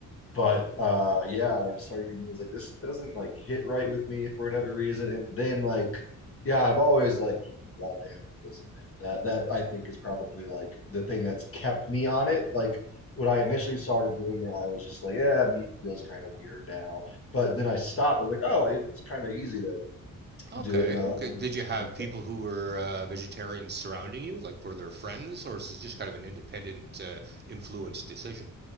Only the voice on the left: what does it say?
but uh yeah i just started eating beans like this doesn't like hit right with me for whatever reason and then like yeah i've always like you know loved animals and, and that that i think is probably like the thing that's kept me on it like when i initially started doing it i was just like yeah meat feels kind of weird now but then i stopped i was like oh it's kind of easy to
do it and my
love for animals
kind of
kept me